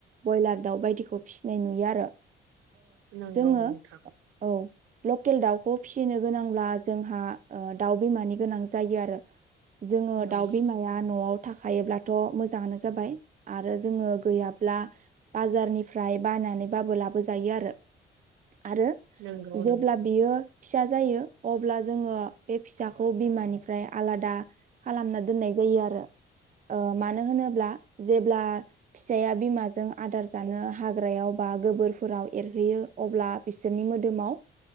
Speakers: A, on the right (about 40°); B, on the right (about 85°).
A: ब्रयलार दाउ बायदिखौ फिसिनाय नुयो आरो
B: नंगौ
A: जोङो
B: नोंथां
A: औ लकेल दाउखौ फिसिनो गोनांब्ला जोंहा दाउ बिमानि गोनां जायो आरो जोङो
B: नंगौ
A: दाउ बिमाया न'आव थाखायोब्लाथ' मोजाङानो जाबाय आरो जोङो गैयाब्ला बाजारनिफ्राय बायनानै बाबो लाबोजायो आरो आरो
B: नंगौ
A: जेब्ला
B: नोंथां
A: बियो फिसा जायो अब्ला जोङो बे फिसाखौ बिमानिफ्राय आलादा खालामना दोननाय ज मानो होनोब्ला जेब्ला फिसाया बिमाजों आदार जानो हाग्रायाव बा गोबोरफोराव एरहैयो अब्ला बिसोरनि मोदोमाव